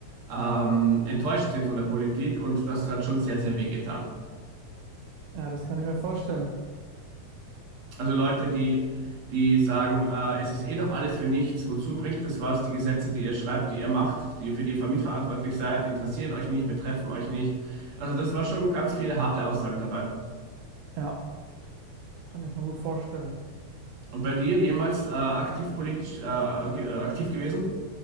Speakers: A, on the right; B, on the right.
A: ähm, enttäuscht sind von der Politik. Und das hat schon sehr, sehr wehgetan.
B: Ja, das kann ich mir vorstellen.
A: Also Leute, die, die sagen, äh, es ist eh doch alles für nichts, wozu bringt das was? Die Gesetze, die ihr schreibt, die ihr macht, die, für die ihr ver- mitverantwortlich seid, interessieren euch nicht, betreffen euch nicht. Also das war schon ganz viele harte Aussagen dabei.
B: Ja, das kann ich mir gut vorstellen.
A: Und bei dir jemals äh, aktiv politisch äh, ge- äh, aktiv gewesen?